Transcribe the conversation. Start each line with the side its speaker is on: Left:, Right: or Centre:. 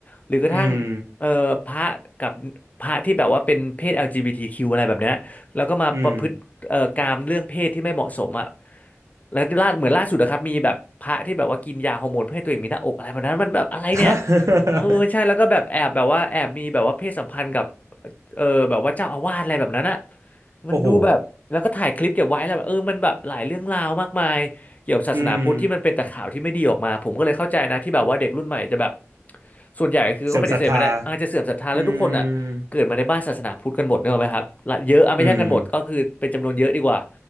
Left: หรือกระทั่งเอ่อพระกับพระที่แบบว่าเป็นเพศ
Right: อืม
Left: LGBTQ อลจีบีทีคิวอะไรแบบเนี้ยแล้วก็มาประพฤติเอ่อกามเรื่องเพศที่ไม่เหมาะสมอ่ะ
Right: อืม
Left: แล้วล่าเหมือนล่าสุดนะครับมีแบบพระที่แบบว่ากินยาฮอร์โมนเพื่อให้ตัวเองมีหน้าอกอะไรแบบนั้นมันแบบอะไรเนี่ย
Right: <laughs> ฮ
Left: เออใช่แล้วก็แบบแอบแบบว่าแอบมีแบบว่าเพศสัมพันธ์กับ
Right: ะ
Left: เออแบบว่าเจ้าอาวาสอะไรแบบนั้นอะ
Right: โอ้โห
Left: มันดูแบบแล้วก็ถ่ายคลิปเก็บไว้แล้วแบบเออมันแบบหลายเรื่องราวมากมายเกี่ยวกับศาสนาพุทธที่มันเป็นแต่ข่าวที่ไม่ดีออกมาผมก็เลยเข้าใจนะที่แบบว่าเด็กรุ่นใหม่จะแบบ
Right: อืม
Left: ส่วนใหญ่คือก็ปฏิเสธไม่ได้อาจจะเสื่อมศรัทธาแล้วทุกคนอ่ะเกิดมาในบ้านศาสนาพุทธกันหมดเนกอะไหมครับละเยอะอ่ะไม่ใช่กันหมดก็คือเป็นจำนวนเยอะดีกว่า
Right: เสื่อมศรัทธาอืมอืม